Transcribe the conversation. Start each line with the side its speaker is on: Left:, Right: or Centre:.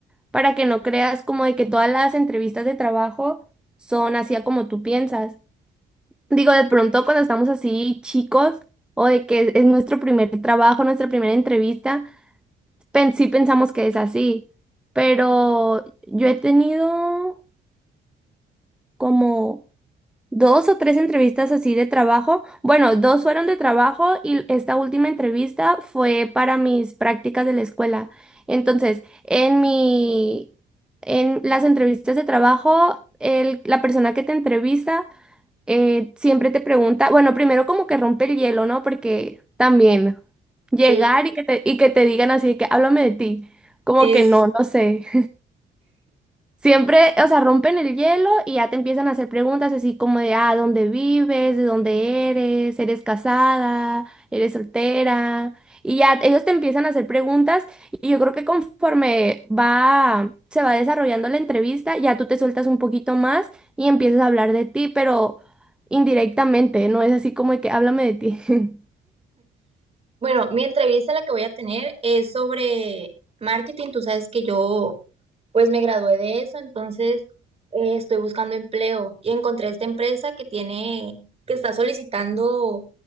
Centre: para que no creas como de que todas las entrevistas de trabajo son así a como tú piensas. Digo, de pronto cuando estamos así chicos o de que es nuestro primer trabajo, nuestra primera entrevista, pen- sí pensamos que es así, pero yo he tenido como dos o tres entrevistas así de trabajo. Bueno, dos fueron de trabajo y esta última entrevista fue para mis prácticas de la escuela. Entonces, en mi, en las entrevistas de trabajo, el- la persona que te entrevista eh, siempre te pregunta, bueno, primero como que rompe el hielo, ¿no? Porque también llegar
Right: sí,
Centre: y que te, y que te digan así, de que háblame de ti, como
Right: sí,
Centre: que
Right: es
Centre: no, no sé. Siempre, o sea, rompen el hielo y ya te empiezan a hacer preguntas así como de, ah, ¿dónde vives? ¿De dónde eres? ¿Eres casada? ¿Eres soltera? Y ya ellos te empiezan a hacer preguntas y yo creo que conforme va, se va desarrollando la entrevista, ya tú te sueltas un poquito más y empiezas a hablar de ti, pero indirectamente, no es así como de que háblame de ti. <laughs>
Right: Bueno, mi entrevista la que voy a tener es sobre marketing. Tú sabes que yo pues me gradué de eso, entonces eh, estoy buscando empleo y encontré esta empresa que tiene, que está solicitando